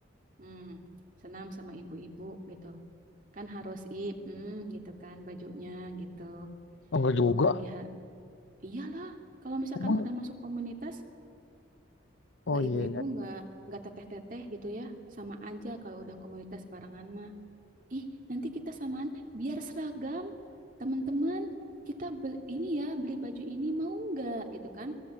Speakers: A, on the right (about 45°); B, on the left (about 70°).
A: hmm, senam sama ibu-ibu gitu. kan harus i mm, gitu kan bajunya gitu
B: oh enggak
A: belum
B: juga.
A: lagi ha- iyalah kalau misalkan
B: Emang
A: udah masuk komunitas
B: oh
A: nggak
B: iya,
A: ibu-ibu nggak nggak teteh-teteh gitu ya sama aja kalau udah komunitas barengan mah ih nanti kita samaan biar seragam teman-teman kita beli ini ya beli baju ini mau nggak gitu kan